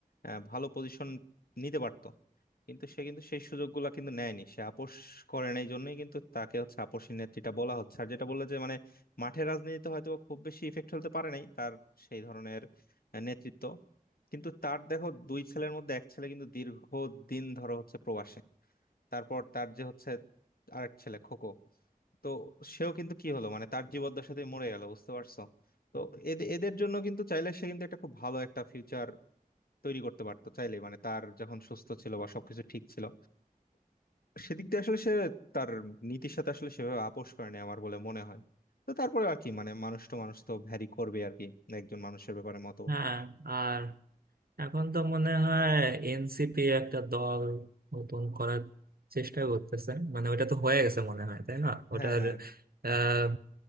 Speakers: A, on the left; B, on the right.
A: আহ, ভালো পজিশন নিতে পারতো কিন্তু সে কিন্তু সেই সুযোগগুলো কিন্তু নেয়নি সে আপোষ করে নাই জন্যই কিন্তু তাকে হচ্ছে আপোষী নেত্রীটা বলা হচ্ছে আর যেটা বললে যে মানে মাঠের রাজনীতিতে হয়তো বা খুব বেশি ইফেক্ট ফেলতে পারে নাই তার সেই ধরনের আহ, নেতৃত্ব কিন্তু তার দেখো দুই ছেলের মধ্যে এক ছেলে কিন্তু দীর্ঘ দিন ধরো হচ্ছে প্রবাসে তারপর তার যে হচ্ছে আরেক ছেলে খোকো তো সেও কিন্তু কি হলো মানে তার জীবদ্দশাতে মরে গেল বুঝতে পারছো তো এদে- এদের জন্য কিন্তু চাইলে সে কিন্তু একটা খুব ভালো একটা ফিউচার তৈরি করতে পারতো চাইলে মানে তার যখন সুস্থ ছিল বা সবকিছু ঠিক ছিল সেদিক দিয়ে আসলে সে তার নীতির সাথে আসলে সেভাবে আপোষ করে না আমার বলে মনে হয় তো তারপরে আর কি মানে মানুষ তো মানুষ তো ভ্যারি করবে আর কি একজন মানুষের ব্যাপারে মতবাদ
B: হ্যাঁ আর এখন তো মনে হয় এনসিপি একটা দল নতুন করার চেষ্টা করতেছে মানে ওটা তো হয়ে গেছে মনে হয় তাই না ওটার
A: হ্যাঁ হ্যাঁ
B: আহ